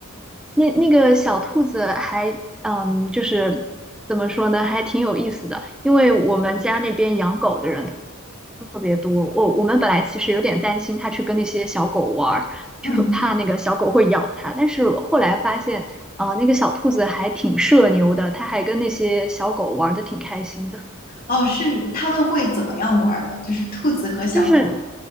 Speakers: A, in the centre; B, on the left.
A: 那那个小兔子还嗯，就是怎么说呢，还挺有意思的。因为我们家那边养狗的人特别多。我我们本来其实有点担心它去跟那些小狗玩儿，
B: 嗯，
A: 就是怕那个小狗会咬它。但是后来发现，呃，那个小兔子还挺社牛的，它还跟那些小狗玩的挺开心的。
B: 哦，是他们会怎么样玩儿呢？就是兔子和小狗
A: 就是，